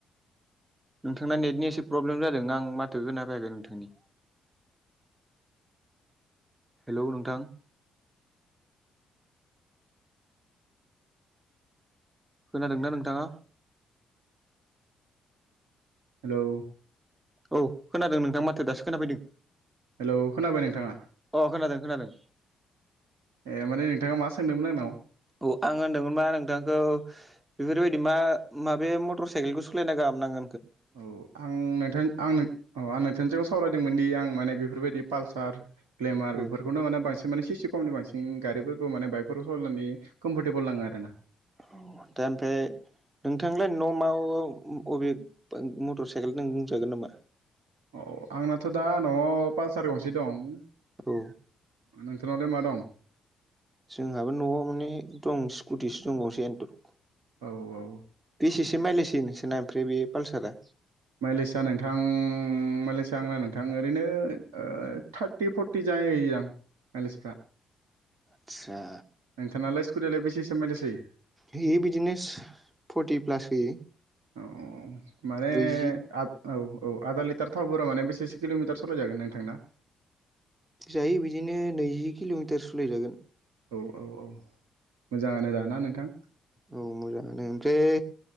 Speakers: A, on the right; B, on the right.
A: नोंथांना नेटनि एसे प्रब्लेम जादों दां माथो खोना फैयाखै नोंथांनि हेलौ नोंथां। खोनादों ना नोंथाङा।
B: हेलौ।
A: औ खोनादों नोंथां माथो दासो खोनाफैदों।
B: हेल' खोनाबाय नोंथाङा।
A: अह खोनादों खोनादों।
B: ए माने नोंथाङा मा सोंदोंमोन आंनाव।
A: औ आं होनदोंमोन मा नोंथांखौ बेफोरबायदि मा माबे मटर साइकेलखौ सोलायना गाहाम नाङो
B: औ आं नोंथां आं औ आं नोंथां जों सावरायदोंमोन दि आं माने बेफोरबायदि पालसार ग्लेमार
A: औ
B: बेफोर बेखौनो माने बांसिन माने सि सि खमनि बांसिन गारिफोरखौ माने बाइकफोरखौ सालायनानै कम्फरटेबोल नाङो आरो ना।
A: <unintelligible> नोंथांलाय न'मा अबे मटर साइकेल नों बुंजागोन नामा।
B: औ आंनाथ' दा न'आव पालसार गंसे दं।
A: औ।
B: नोंथांनावलाय मा दं।
A: जोंहाबो न'आव माने दं स्कुटिसो दंबावसै एन्थर।
B: औ औ।
A: बेसेसो मायलेज नोंसोरना ओमफ्राय बे पालसारा
B: माइलेस आ नोंथां माइलेस आ आंना नोंथां ओरैनो ओ थार्टि फरति थि जायो दां मायलेसफ्रा
A: आतसा।
B: नोंथां नालाय स्कुटियालाय बेसेसो माइलेस होयो?
A: होयो बिदिनोस फर्टि प्लास होयो।
B: औ माने
A: ब्रैजि
B: आ औ औ आधा लिटार थावफोरा माने बेसेसे किल'मिटार सालायजागोन नोंथांना।
A: जायो बिदिनो नैजि किल'मिटारसो सलाय जागोन।
B: औ औ औ मोजाङानो दाना नोंथां।
A: औ मोजाङानो ओमफ्राय